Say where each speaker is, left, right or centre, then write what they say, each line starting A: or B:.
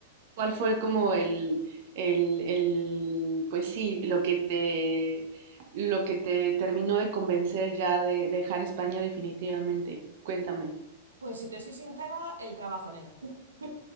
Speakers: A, on the right; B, on the right.
A: ¿cuál fue como el, el, el, pues sí, lo que te, lo que te terminó de convencer ya de dejar España definitivamente? Cuéntame.
B: Pues si te soy sincera, el trabajo, nena. <laughs>